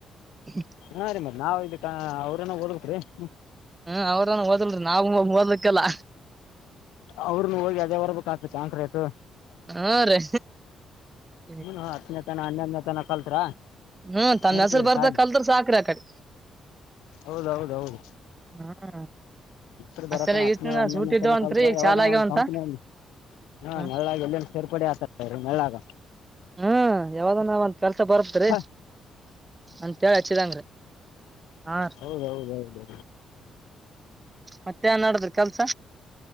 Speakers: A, on the right (about 25°); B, on the left (about 75°).
A: <unintelligible>
B: ಹಾಂ ರೀ ಮತ್ತೆ ನಾವು <unintelligible> ಅವ್ರೇನ ಓದ್ <unintelligible>
A: ಹ್ಮ ಅವ್ರನ್ ಹಓದಲ್ರಿ ನಾವು ಮದ್ಲಿಕ್ಕೆಲ್ಲ
B: ಅವ್ರರುನು ಹೋಗಿ ಅದೇ ಬರ್ಬೇಕು ಆಗ್ತು ಚಾಂತ್ ಆಯತು
A: ಹಾ ರೆ ಇ <unintelligible>
B: ಎನು ಹತ್ತನೇ ತನ ಹನ್ನೆೊನೇ ತನ ಕಲ್ತ್ರ
A: ಹ್ಮ್ ತಮ್ಮ
B: ನಡತಿದ್ರಿ
A: ಹೆಸರು ಬರ್ದ
B: ಸಾಲಿ
A: ಕಲ್ದ್ರ ಸಾಕ್ರಿ ಆ ಕಡೆ
B: ಹೌದ ಹೌದ ಹೌದು
A: ಹ್ಮ್
B: ಎಸ್ರು
A: ಅಷ್ಟೆಲ್ಲ
B: ಬರತಾನ ಹತ್ತನೇ
A: ಈಸ್ನ
B: ಹೊನೇ
A: ಸೂಟ್ ಇದ್ದವಂತ್ರಿ
B: ತನ ಕಲ್ತ್
A: ಈಗ
B: ಯಾವಾಗನ
A: ಚಾಲ ಆಗ್ಯಾವಂತ
B: ಒಂದ್ ಕಂಪ್ನಲಿ ಹ
A: ಹ್ಮ್
B: ನೆರಳಗೆ ಎಲ್ಲೆನ ಸೇರ್ಪಡೆ ಆತ ಸರಿ ಮಳಾಗ
A: ಹ್ಮ್ ಯಾವಗ ನಾವಂತ ಕೆಲ್ಸ ಬರ್ತ್ರಿ
B: ಹಾಂ
A: ಅಂತ ಹೇಳಿ ಹಚ್ಚಿದಂಗ್ರಿ ಹಾ
B: ಹೌದೌದೌದು
A: ಮತ್ತೆನ್ಡದ್ರಿ ಕೆಲ್ಸ